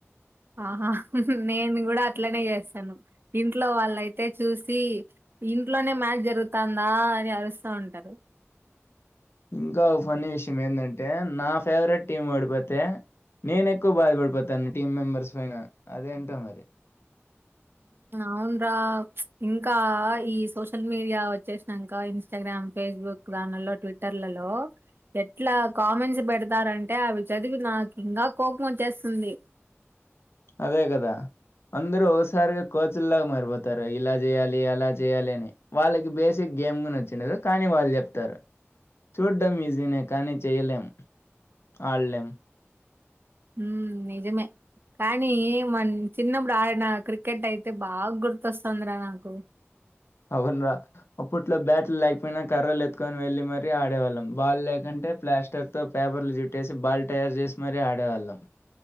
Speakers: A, on the right; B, on the left.
A: ఆహా నేను కూడా అట్లనే చేస్తాను ఇంట్లో వాళ్ళయితే చూసి ఇంట్లోనే మ్యాచ్ జరుగుతుందా అని అరుస్తా ఉంటారు
B: ఇంకా కొన్న విషయం ఏంటంటే నా ఫేవరెట్ టీం పఓడిపోతే నేను ఎక్కువ బాధపడిపోతాను టీం మెంబర్స్ పైన అదేంటా మరి
A: అవున్రా ఇంకా ఈ సోషల్ మీడియా వచ్చేసినాక ఇన్స్టాగ్రామ్ ఫేస్బుక్ దానిలో ట్విట్టర్లలో ఎట్లా కామెంట్స్ పెడతారంటే అవి చదివి నాకు ఇంకా కోపం వచ్చేస్తుంది
B: అదే కదా అందరుూ ఒకసారిగా కోచ్ల్లాగా మారిపోతారు ఇలా చేయాలి అలా చేయాలి అని వాళ్ళకి బేసిక్ గేమ్ వచ్చిండదు కానీ వాళ్ళు చెప్తారు చూడ్డం ఇజినే కానీ చేయ్యలేం ఆలేెం
A: ఉ నిజమే కానీ మ చిన్నప్పుడు ఆ నా క్రికెట్ అయితే బాగా గుర్తొస్తుందిరా నాకు
B: అవును రా అప్పట్లో బ్యాట్లు లేకపోయినా కర్రలు ఎత్తుకొని వెళ్ళలి మరీ ఆడేవాళ్ళం బాల్ లేకుంటే ప్లాస్టర్తోో పేపర్లు జుట్టేసి బాల్ తయారు చేసి మరీ ఆడేవాళ్ళం